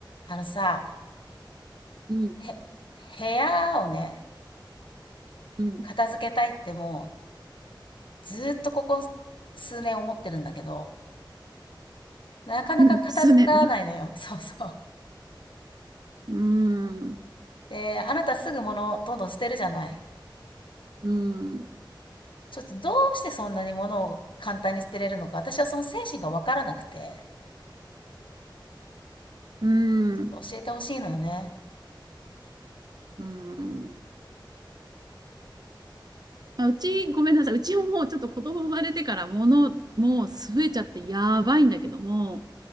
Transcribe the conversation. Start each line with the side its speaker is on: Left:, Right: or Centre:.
Left: あのさ、
Right: うん、
Left: へ、部屋をね、
Right: うん、
Left: 片付けたいってもう、ずーっとここ数年思ってるんだけど、なかなか片付かないのよ。
Right: うん、数年。
Left: <laughs> そうそう。
Right: うん、う
Left: で、あなたすぐ物どんどん捨てるじゃない。
Right: ん、
Left: ちょっとどうしてそんなに物を簡単に捨てれるのか、私はその精神がわからなくて、
Right: うん、
Left: ちょっと教えてほしいのよね。
Right: うん。あ、うち、ごめんなさい。うちももうちょっと子供生まれてから物、もう増えちゃってやばいんだけども、